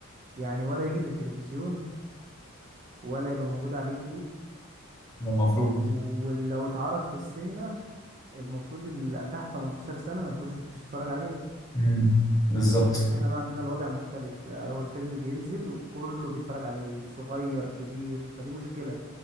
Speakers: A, on the right; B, on the left.
A: يعني ولا يجي في التلفزيون ولا يبقى موجود على اليوتيوب
B: ده المفروض
A: ولو اتعرض في السينما المفروض اللي تحت 18 سنة ما يخشش يتفرج عليه
B: امم بالظبط
A: بس احنا بقى عندنا الوضع مختلف لا، هو الفيلم بينزل وكله بيتفرج عليه صغير كبير فدي مشكلة